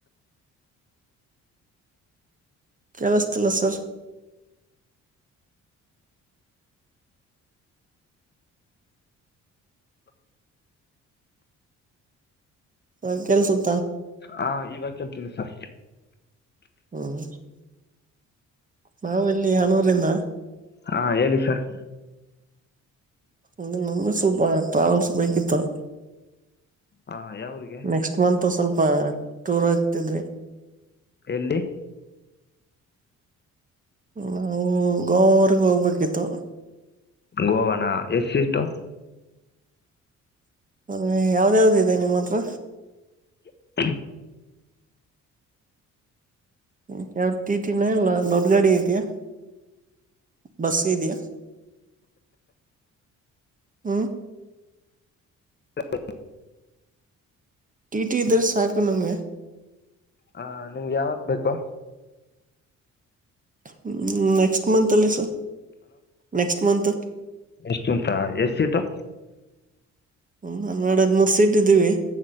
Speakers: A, on the right; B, on the left.
A: ಕೇಳಿಸ್ತಿಲ್ಲ ಸರ್. ಹ ಕೆಲ್ಸುತ್ತಾ?
B: ಹಾ ಇವಾಗ ಕೇಳ್ತಿದೆ ಸರ
A: ಹ್ಮ್ ನಾವ ಇಲ್ಲಿ ಹಣೂರಿಂದ
B: ಹಾ ಹೇಳಿ ಸರ್.
A: ಇ ನಮ ಸಲ್ಪ ಟ್ರಾವೆಲ್ಸ್ ಬೇಕಿತ್ತು.
B: ಹ ಯಾವ್ರಿಗೆ
A: ನೆಕ್ಸ್ಟ ಮಂತ್ ಸ್ವಲ್ಪ ಟೂರ್ ಆಗ್ತಿದ್ವಿ,
B: ಎಲ್ಲಿ?
A: ನಾವು ಗೋವರೆಗೆ ಹೋಗ್ಬೇಕಿತ್ತು.
B: ಗೋವಾನ ಎಸ್ ಸಿಷ್ಟು?
A: ಅದೇ ಯಾವ್ದ ಯಾವ್ದು ಇದೆ ನಿಮ್ಮ ಹತ್ರ?
B: <unintelligible>
A: ಹ್ ಯಾವ ಟಿ ಟಿನ ಇಲ್ಲ ನೋ ಗಾಡಿ ಇದಯಾ ಬಸ್ ಇದ್ಯಾಾ? ಹ್ಮ
B: ಹ ಹ
A: ಟಿಟಿ ದರ್ ಸಾಕು ನಮ್ಗೆ.
B: ಹಾ ನಿಮ್ಗೆ ಯಾವತ್ ಬೇಕು
A: ಹ್ಮ ನೆಕ್ಸ್ಟ ಮಂತ್ ಅಲ್ಲಿ ಸರ ನೆಕ್ಸ್ಟ ಮಂತ್
B: ಎಷ್ಟುಂತ ಎಷ್ಟ ಸಿಟೂ?
A: ಒಂದ್ನ್ನೆರಡ್ ಹದ್ಮೂರು ಸೀಟ್ ಇದ್ದೀವಿ